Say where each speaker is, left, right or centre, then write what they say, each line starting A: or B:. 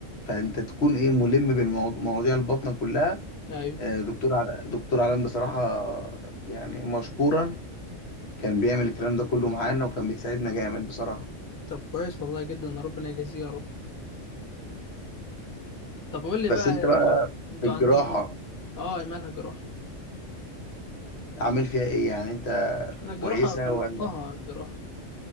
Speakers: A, on the left; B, on the left.
A: فانت تكون ايه ملم بالمواضيع الباطنه كلها
B: ايوه
A: آه، دكتور عل- دكتور علام بصراحه يعني مشكورا كان بيعمل الكلام ده كله معانا وكان بيساعدنا جامد بصراحه
B: طب كويس والله جدا ربنا يجازيه يا رب طب قول لي بقى
A: بس انت
B: انت
A: بقى
B: انتوا
A: في الجراحه
B: عندكم اه مالها جراحة
A: عامل فيها ايه يعني انت
B: احنا الجراحة
A: كويسه
B: خلصناها
A: ولا
B: الجراحة